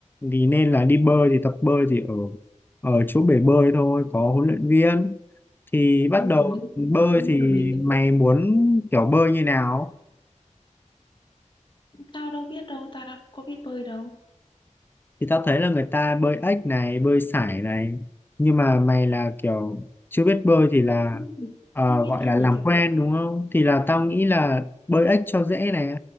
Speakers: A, on the left; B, on the left.
A: thì nên là đi bơi thì tập bơi thì ở ở chỗ bể bơi thôi có huấn luyện viên thì bắt
B: ừ,
A: đầu bơi
B: nên
A: thì
B: tập lý
A: mày muốn kiểu bơi như nào
B: tao đâu biết đâu tao đã có biết bơi đâu
A: thì tao thấy là người ta bơi ếch này bơi sải này nhưng mà mày là kiểu chưa biết bơi thì là
B: không biết
A: ờ,
B: không biết
A: gọi
B: cái
A: là
B: gì
A: làm
B: cả
A: quen đúng không thì là tao nghĩ là bơi ếch cho dễ này